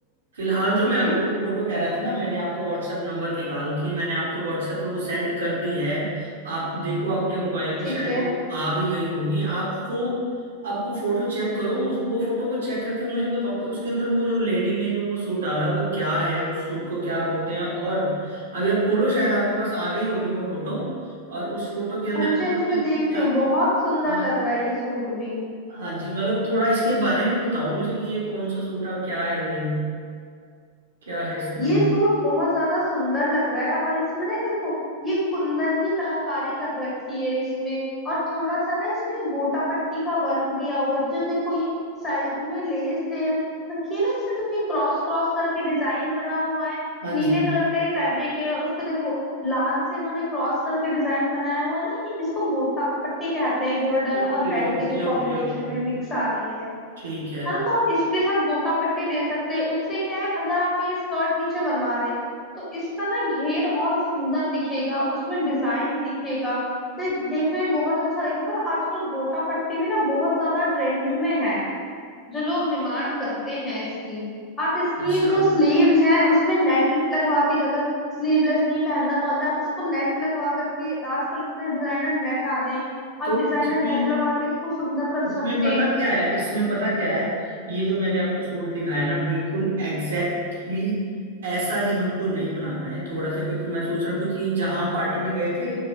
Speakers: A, on the right; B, on the left.
A: फिलहाल जो
B: हम्म
A: मैं आपको वो फोटो कह रहा था ना मैंने आपका व्हाट्सएप नंबर निकाल के मैंने आपके व्हाट्सएप पे वो सेंड कर दी है आप देखो आपके मोबाइल में
B: ठीक
A: शायद
B: है
A: वो आ भी गई होगी आप वो आप वो फोटो चेक करो उस- वो फोटो को चेक करके मुझे बताओ कि उसके अंदर वो जो लेडी ने जो वो सूट डाला वो क्या है उस सूट को क्या बोलते हैं और अभी आप खोलो शायद आपके पास आ गई होगी वो फोटो और उस फोटो के अंदर
B: हाँ जी
A: मतलब
B: हाँ जी
A: कि
B: मैं देख
A: क्या
B: रही हूँ बहुत सुंदर
A: हाँ,
B: लग रहा है ये सूट भी
A: हाँ जी मतलब थोड़ा इसके बारे में बताओ मुझे कि ये कौन सा सूट है और क्या है ये क्या है इसमें
B: ये सूट बहुत ज्यादा सुंदर लग रहा है और इसमें ना ये देखो ये कुंदन की कलाकारी कर रखी है इसमें और थोड़ा सा ना इसमें गोटा पट्टी का वर्क दिया हुआ है जो देखो ये साइड में लेस दे रख- रखी है ना इसमें देखो ये क्रॉस क्रॉस करके डिजाइन बना हुआ है
A: हाँ
B: नीले
A: जी
B: कलर का ये फैब्रिक है उस पे देखो लाल से इन्होंने क्रॉस करके डिजाइन बनाया हुआ है ना ये इसको गोटा पट्टी कहते हैं गोल्डन
A: Okay
B: और रेड
A: okay
B: के जो कॉम्बिनेशन
A: okay okay
B: में
A: okay
B: मिक्स आ रही है
A: ठीक है
B: है ना तो हम इसके साथ गोटा पट्टी दे सकते हैं उससे क्या है अगर आप ये स्कर्ट नीचे बनवा रहे हैं तो इसका ना घेर और सुंदर दिखेगा उसमें डिजाइन दिखेगा तो ये देखने में बहुत अच्छा लगेगा और आजकल गोटा पट्टी भी ना बहुत ज्यादा ट्रेंड में है जो लोग डिमांड करते हैं इसकी आप इसकी
A: अच्छा
B: जो स्लीव्स हैं उसमें नेट लगवा के अगर स्लीवलेस नहीं पहनना चाहते आप इसको नेट लगवा करके आजकल इतने डिजाइनर नेट आ रहे हैं
A: तो
B: आप डिजाइनर
A: इसमें
B: नेट लगवा के इसको सुंदर कर सकते
A: इसमें पता
B: हैं
A: क्या है इसमें पता क्या है ये जो मैंने आपको सूट दिखाया ना बिल्कुल एग्जैक्टली exactly ऐसा ही हमको नहीं बनाना है थोड़ा सा क्योंकि मैं सोच रहा हूँ क्योंकि जहां हम पार्टी में गए थे